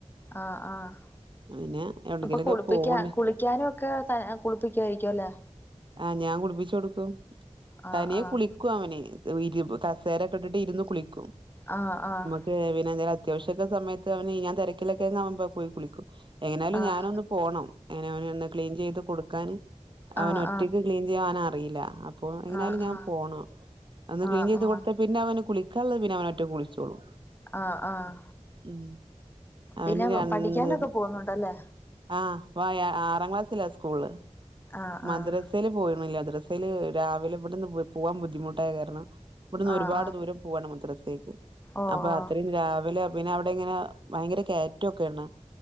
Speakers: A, on the left; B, on the right.
A: ആഹ് ആഹ്
B: പിന്നെ എവിടെങ്കിലൊക്കെ
A: അപ്പൊ കുളിപ്പിക്ക
B: പോവ്ണ്ട്
A: കുളിക്കാനും ഒക്കെ ത കുളിപ്പിക്കായിരിക്കുവെല്ലേ
B: ആഹ് ഞാൻ കുളിപ്പിച്ച് കൊടുക്കും
A: ആഹ്
B: തനിയെ
A: ആഹ്
B: കുളിക്കും അവനെ ഇരു കസേരൊക്കെ ഇട്ടിട്ട് ഇരുന്ന് കുളിക്കും
A: ആഹ് ആഹ്
B: ഏഹ് പിന്നെ ന്താലും അത്യാവശ്യംക്കെ സമയത്ത്ന് ഞാൻ തിരക്കൊക്കെവുമ്പ പോയി കുളിക്കും എങ്ങനാലും
A: ആഹ്
B: ഞാനൊന് പോണം അങ്ങനെ അവ ക്ലീൻ ചെയ്ത് കൊടുക്കൻ
A: ആഹ്
B: അവന് ഒറ്റയ്ക്ക്
A: ആഹ്
B: ക്ലീൻ ചെയ്യാനറിയില്ല അപ്പോ എങ്ങനാലും
A: ആഹ്
B: ഞാൻ
A: ആഹ് ആഹ്
B: പോകണം അന്ന് ക്ലീൻ
A: ആഹ്
B: ചെയ്ത്
A: ആഹ്
B: കൊടുത്ത പിന്നെ അവന് കുളിക്കാനുള്ളത് പിന്നെ അവന ഒറ്റെ കുളിച്ചോളൂ
A: ആഹ് ആഹ്
B: ഉം അവന്
A: പിന്നെ
B: രണ്ട്
A: പഠിക്കാനൊക്കെ പോകുന്നുണ്ടല്ലേ
B: ആഹ് വ ആറാം ക്ലാസ്സിലാ സ്കൂള്
A: ആഹ്
B: മദ്രസയില്
A: ആഹ്
B: പോയിണില്ല മദ്രസയില് രാവിലെ ഇവിടുന്ന് പോവാൻ ബുദ്ധിമുട്ടായ കാരണം ഇവിടുന്ന്
A: ആഹ്
B: ഒരുപാട്
A: ആഹ്
B: ദൂരം പോവണ്ട് മദ്രസേക്ക്
A: ഓ
B: അപ്പൊ
A: ഓ
B: അത്രയും രാവിലെ പിന്നെ അവിടെ ഇങ്ങനെ ഭയങ്കര കേറ്റം ഒക്കെയാണ്